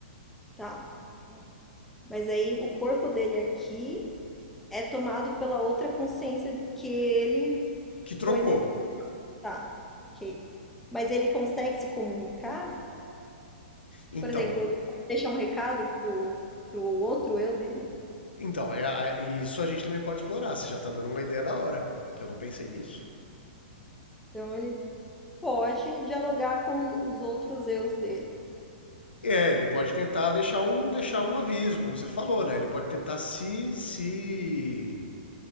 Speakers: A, in the centre; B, on the left.
A: Tá. tá. Mas aí o corpo dele aqui é tomado pela outra consciência que ele
B: Que trocou.
A: foi na. Tá, ok. Mas ele consegue se comunicar?
B: Então,
A: Por exemplo, ele deixa um recado pro, pro outro eu dele?
B: então é, é- isso a gente também pode explorar. Você já tá dando uma ideia da hora, que eu não pensei nisso.
A: Então ele pode dialogar com os outros eus dele.
B: É, ele pode tentar deixar um, deixar um aviso, como você falou, né? Ele pode tentar se, se,